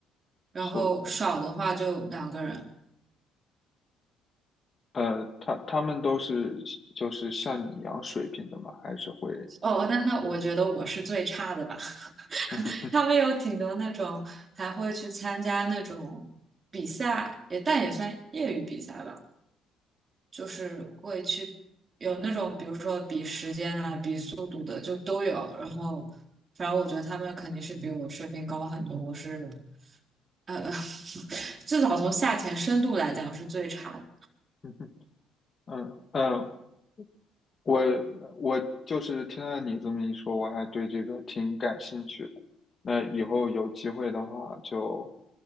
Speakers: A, on the right (about 30°); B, on the left (about 30°).
A: 然后少的话就两个人。
B: 四五个人。呃，他他们都是就是像你一样水平的吗？还是会？
A: 哦，那那我觉得我是最差的吧。
B: <laughs>
A: <laughs> 他们有挺多那种还会去参加那种比赛，也但也算业余比赛吧，就是会去有那种比如说比时间啊、比速度的就都有。然后，反正我觉得他们肯定是比我水平高很多。我是呃 <laughs>，至少从下潜深度来讲是最差的。
B: 嗯嗯。呃我我就是听了你这么一说，我还对这个挺感兴趣的。那以后有机会的话，就